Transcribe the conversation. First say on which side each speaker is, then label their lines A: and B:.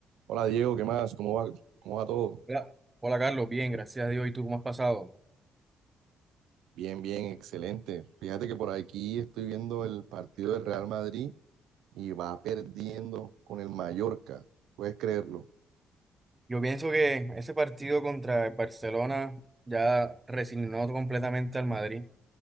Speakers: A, on the right; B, on the right.
A: Hola Diego, ¿qué más? ¿Cómo va, cómo va todo?
B: Hola, Hola, Carlos, bien, gracias a Dios. ¿Y tú cómo has pasado?
A: Bien, bien, excelente. Fíjate que por aquí estoy viendo el partido del Real Madrid y va perdiendo con el Mallorca. ¿Puedes creerlo?
B: Yo pienso que ese partido contra el Barcelona ya resignó completamente al Madrid,